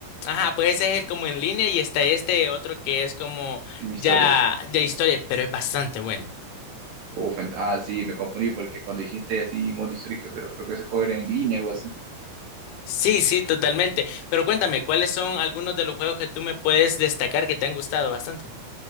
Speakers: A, on the left; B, on the right.
A: Ajá, pues ese es el como en línea y está este otro que es como
B: En
A: ya,
B: historia.
A: ya historia, pero es bastante bueno.
B: Uf, ent- ah, sí, me confundí porque cuando dijiste así modo historia, dije, pero creo que ese juego era en línea, algo así.
A: Sí, sí, totalmente. Pero cuéntame, ¿cuáles son algunos de los juegos que tú me puedes destacar que te han gustado bastante?